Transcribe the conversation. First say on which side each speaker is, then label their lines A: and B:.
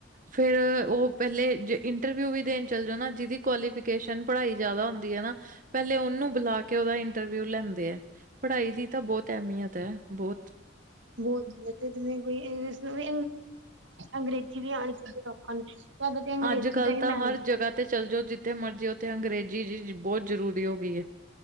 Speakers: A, on the right; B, on the right.
A: ਫੇਰ ਉਹ ਪਹਿਲੇ ਇੰਟਰਵਿਊ ਵੀ ਦੇਣ ਚੱਲ ਜਾ ਨਾ ਜਿਹਦੀ ਕੁਆਲੀਫਿਕੇਸ਼ਨ ਪੜ੍ਹਾਈ ਜਿਆਦਾ ਹੁੰਦੀ ਹੈ ਨਾ, ਪਹਿਲੇ ਉਹਨੂੰ ਬੁਲਾ ਕੇ ਉਹਦਾ ਇੰਟਰਵਿਊ ਲੈਂਦੇ ਆ ਪੜ੍ਹਾਈ ਦੀ ਤਾਂ ਬਹੁਤ ਅਹਿਮੀਅਤ ਹੈ ਬਹੁਤ
B: ਬਹੁਤ ਜਿਵੇਂ ਕੇ ਇੰਗਲੀਸ਼ ਵੀ ਅੰਗਰੇਜ਼ੀ ਵੀ ਆਉਣੀ ਚ ਲੋਕਾਂ ਨੂੰ ਤੇ <unintelligible> ਤੁਹਾਨੂੰ ਤਾਂ ਅੰਗਰੇਜ਼ੀ
A: ਅੱਜ ਕੱਲ੍ਹ
B: ਦਾ ਹੀ
A: ਤਾਂ
B: ਮੈਂਮ
A: ਹਰ ਜਗ੍ਹਾ ਤੇ ਚੱਲ ਜਾਓ ਜਿੱਥੇ ਮਰਜ਼ੀ, ਉੱਥੇ ਅੰਗਰੇਜ਼ੀ ਜੀ ਬਹੁਤ ਜ਼ਰੂਰੀ ਹੋ ਗਈਏ।